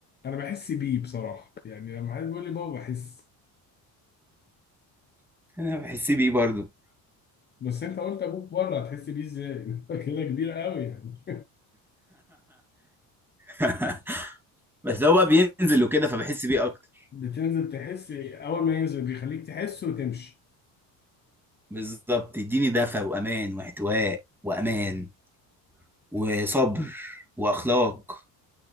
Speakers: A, on the left; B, in the centre.
A: أنا بحس بيه بصراحة يعني لما حد بيقول لي بابا بحس
B: <laughs> أنا بحس بيه برضو
A: بس أنت قلت أبوك بره هتحس بيه إزاي؟ <laughs> كده كبير قوي يعني
B: <laughs> بس هو بقى بينزل وكده فبحس بيه اكتر
A: <laughs> بتنزل تحس أول ما ينزل بيخليك تحس وتمشي
B: بالظبط يديني دفع وامان واحتواء وامان وصبر واخلاق